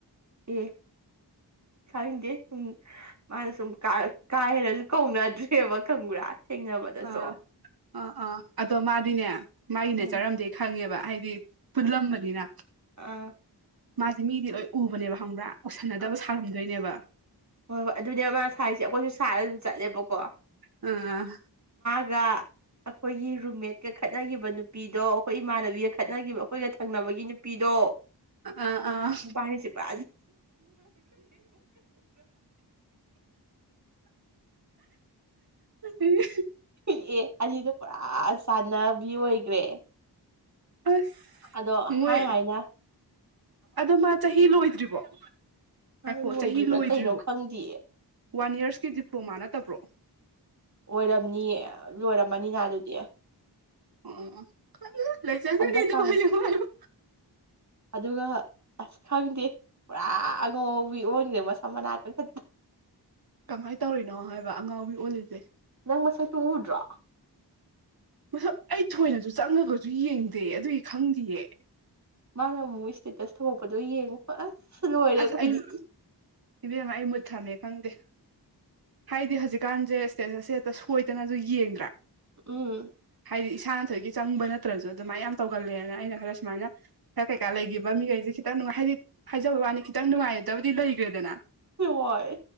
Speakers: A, on the right (about 40°); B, on the right (about 60°).
A: ꯎꯝ ꯈꯪꯗꯦ ꯁꯨꯝ ꯃꯥꯅ ꯁꯨꯝ ꯀꯥꯏ ꯍꯔꯁꯨ ꯀꯧꯅꯗ꯭ꯔꯦꯕ ꯈꯪꯕ꯭ꯔꯥ ꯊꯦꯡꯅꯕꯗꯁꯨ
B: ꯑꯥ ꯑꯥ ꯑꯥ ꯑꯗꯣ ꯃꯥꯗꯤꯅꯦ ꯃꯥꯒꯤꯅꯦ
A: ꯎꯝ
B: ꯆꯥꯔꯝꯗꯦ ꯈꯪꯉꯦꯕ ꯍꯥꯏꯗꯤ ꯐꯜꯂꯝꯕꯅꯤꯅ
A: ꯑꯥ
B: ꯃꯥꯁꯦ ꯃꯤꯗꯤ ꯂꯣꯏ ꯎꯕꯅꯦꯕ ꯍꯪꯕ꯭ꯔꯥ ꯑꯣꯁꯟꯅꯗꯕ
A: ꯑꯥ
B: ꯁꯥꯔꯝꯗꯣꯏꯅꯦꯕ
A: ꯍꯣꯏ ꯍꯣꯏ ꯑꯗꯨꯅꯦꯕ ꯃꯥ ꯁꯔꯤꯁꯦ ꯑꯩꯈꯣꯏꯁꯨ ꯁꯥꯔꯒ ꯑꯗꯨꯝ ꯆꯠꯂꯦꯕꯀꯣ
B: ꯎꯝ
A: ꯉꯥ ꯑꯩꯈꯣꯏꯒꯤ ꯔꯨꯝꯃꯦꯠꯀ ꯈꯠꯅꯈꯤꯕ ꯅꯨꯄꯤꯗꯣ ꯑꯩꯈꯣꯏ ꯏꯃꯥꯟꯅꯕꯤꯒ ꯈꯠꯅꯈꯤꯕ ꯑꯩꯈꯣꯏꯒ ꯊꯪꯅꯕꯒꯤ ꯅꯨꯄꯤꯗꯣ
B: ꯑꯥ ꯑꯥ
A: ꯄꯅꯤꯁꯤ ꯄ
B: ꯎ
A: ꯑꯦ ꯑꯅꯤꯗꯣ ꯄꯨꯔꯥ ꯆꯥꯟꯅꯕꯤ ꯑꯣꯏꯈ꯭ꯔꯦ
B: ꯑꯁ
A: ꯑꯗꯣ
B: ꯃꯣꯏ
A: ꯍꯥꯏ ꯍꯥꯏꯅꯦ
B: ꯑꯗꯣ ꯃꯥ ꯆꯍꯤ ꯂꯣꯏꯗ꯭ꯔꯤꯕꯣ
A: ꯃꯥꯅ
B: ꯍꯥꯏꯈꯣ
A: ꯂꯣꯏꯗ꯭ꯔꯤꯕ꯭ꯔꯥ
B: ꯆꯍꯤ ꯂꯣꯏꯗ꯭ꯔꯤꯕꯣ
A: ꯀꯩꯅꯣ ꯈꯪꯗꯦꯌꯦ
B: ꯋꯥꯟ ꯌꯔꯁꯀꯤ ꯗꯤꯄ꯭ꯂꯣꯃꯥ ꯅꯠꯇꯕ꯭ꯔꯣ
A: ꯑꯣꯏꯔꯝꯅꯤꯌꯦ ꯂꯣꯏꯔꯝꯃꯅꯤꯅ ꯑꯗꯨꯗꯤ
B: ꯑꯣ ꯂꯣꯏ ꯆꯖ
A: ꯍꯟꯗꯛ
B: ꯅ ꯑꯗꯨ
A: ꯀꯥꯟ ꯑꯗꯨꯒ ꯑꯁ ꯈꯪꯗꯦ ꯄꯨꯔꯥ ꯑꯉꯧꯕꯤ ꯑꯣꯏꯟꯈꯦ ꯃꯁꯝ ꯃꯅꯥꯛꯇꯈ
B: ꯀꯃꯥꯏꯅ ꯇꯧꯔꯤꯅꯣ ꯍꯥꯏꯕ ꯑꯉꯥꯎꯕꯤ ꯑꯣꯜꯂꯤꯁꯦ
A: ꯪ ꯃꯁꯥꯏ ꯇ ꯎꯗ꯭ꯔꯥ
B: ꯃꯁꯛ ꯑꯩ ꯊꯣꯏꯅꯁꯨ ꯆꯪꯉꯒꯁꯨ ꯌꯦꯡꯗꯦ ꯑꯗꯨꯒꯤ ꯈꯪꯗꯌꯦ
A: ꯃꯥꯅ ꯑꯃꯨꯛꯒꯤ ꯏꯁꯇꯦꯇꯁ ꯊꯍꯛꯄꯗꯣ ꯌꯦꯡꯉꯨꯀꯣ ꯑꯁ ꯂꯣꯏꯔꯦ ꯑꯩꯈꯣꯏꯗꯤ
B: ꯑꯁ ꯑꯩ ꯏꯕꯦꯝꯃ ꯑꯩ ꯃ ꯊꯃꯦ ꯈꯪꯗꯦ ꯍꯥꯏꯗꯤ ꯍꯧꯖꯤꯛꯀꯥꯟꯁꯦ ꯁꯇꯦꯖ ꯑꯁ ꯍꯦꯛꯇ ꯁꯣꯏꯗꯅꯁꯨ ꯌꯦꯡꯗ꯭ꯔꯥ
A: ꯎꯝ
B: ꯍꯥꯏꯗꯤ ꯏꯁꯥꯅ ꯊꯣꯛꯣꯏꯒꯤ ꯆꯪꯕ ꯅꯠꯇ꯭ꯔꯁꯨ ꯑꯗꯨꯃꯥꯏꯅ ꯌꯥꯝꯅ ꯇꯧꯒꯜꯂꯦꯅ ꯑꯩꯅ ꯈꯔ ꯁꯨꯃꯥꯏꯅ ꯈꯔ ꯀꯩꯀꯥ ꯂꯩꯈꯤꯕ ꯃꯤꯈꯩꯁꯦ ꯈꯤꯇꯪ ꯅꯨꯡꯉꯥꯏ ꯍꯥꯏꯗꯤ ꯍꯥꯏꯖꯕ ꯋꯥꯅꯤ ꯈꯤꯇꯪ ꯅꯨꯡꯉꯥꯏꯖꯗꯕꯗꯤ ꯂꯩꯈ꯭ꯔꯦꯗꯅ
A: ꯍꯣꯏ